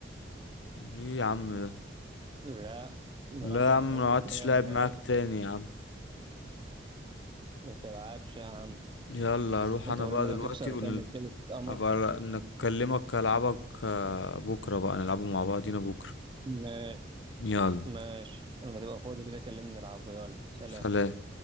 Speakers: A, on the left; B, on the right.
A: ايه يا عم ده
B: لا مربع
A: لا يا عم
B: معروف
A: ما
B: له
A: عدتش
B: بدايه
A: لاعب
B: ونهايه
A: معاك تاني يا عم
B: ما تلعبش يا عم
A: يلا اروح
B: انت
A: انا
B: كل
A: بقى
B: مره
A: دلوقتي
B: تخسر
A: ونل...
B: وتعمل كده تتقمص
A: هبقى نكلمك العبك آه، بكرة بقى نلعبه مع بعضينا بكرة
B: ماشي
A: يلا
B: ماشي لما تبقى فاضي كده كلمني نلعبه يلا سلام
A: سلام